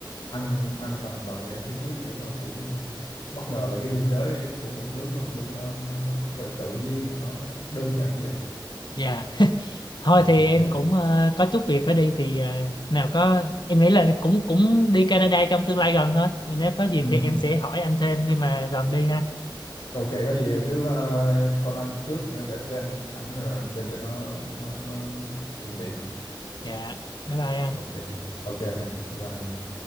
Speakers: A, on the left; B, on the left.
A: anh anh lần đầu tiên anh chứng kiến kiểu nó cũng bất ngờ về cái biên giới của một nước với một nước nó nó, nó tự, tự nhiên mà nó đơn giản như vậy
B: dạ thôi
A: Ờ,
B: thì
A: ok
B: em cũng ờ, có chút việc phải đi thì ờ, nào có em nghĩ là cũng cũng đi Canada trong tương lai gần thôi Nên nếu có dịp
A: ừ.
B: thì em sẽ hỏi anh thêm khi mà gần đi ha
A: ok có gì cứ uh, call anh trước ờ, để plan sẵn rồi mình đi cho nó nó, nó, nó thuận tiện
B: dạ bye bye anh
A: ok ok ha bye bye